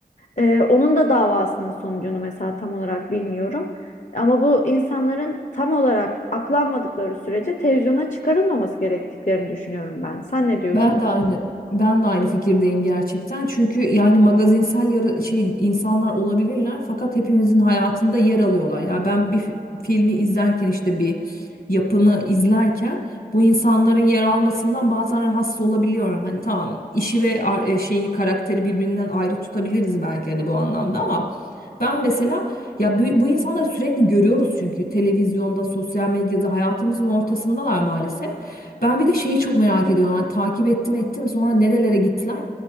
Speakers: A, on the left; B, on the left.
A: E, onun da davasının sonucunu mesela tam olarak bilmiyorum. Ama bu insanların tam olarak aklanmadıkları sürece televizyona çıkarılmaması gerektiklerini düşünüyorum ben. Sen ne diyorsun?
B: Ben de aynı ben de aynı fikirdeyim gerçekten. Çünkü yani magazinsel yara şey insanlar olabilirler fakat hepimizin hayatında yer alıyorlar. Ya ben bir fi- filmi izlerken işte bir yapımı izlerken bu insanların yer almasından bazen rahatsız olabiliyorum. Hani tamam işi ve ar- e, şeyi karakteri birbirinden ayrı tutabiliriz belki hani bu anlamda ama ben mesela ya bu, bu insanları sürekli görüyoruz çünkü televizyonda, sosyal medyada hayatımızın ortasındalar maalesef. Ben bir de şeyi çok merak ediyorum. Hani takip ettim ettim sonra nerelere gittiler